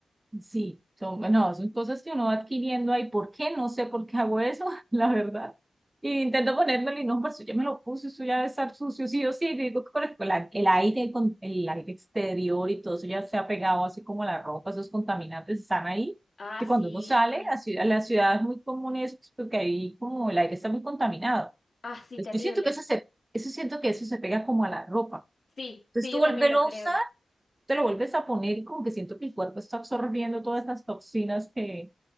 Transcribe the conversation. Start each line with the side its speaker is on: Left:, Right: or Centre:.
Right: Sí, son, no, son cosas que uno va adquiriendo ahí. ¿Por qué? No sé por qué hago eso, <laughs> la verdad. Y intento ponérmelo y no, pues yo ya me lo puse, eso ya debe estar sucio, sí o sí. Y digo que por ejemplo la- el aire, con el aire exterior y todo eso ya se ha pegado así como la ropa, esos contaminantes están ahí.
Left: Ah,
Right: Que
Left: sí.
Right: cuando uno sale, a ciudad, la ciudad es muy común eso, pues, porque ahí como el aire está muy contaminado.
Left: Ah, sí,
Right: Entonces,
Left: terrible.
Right: yo siento que eso se, eso siento que eso se pega como a la ropa.
Left: Sí,
Right: Entonces
Left: sí,
Right: tú
Left: yo
Right: volverlo
Left: también lo creo.
Right: te lo vuelves a poner y como que siento que el cuerpo está absorbiendo todas esas toxinas que,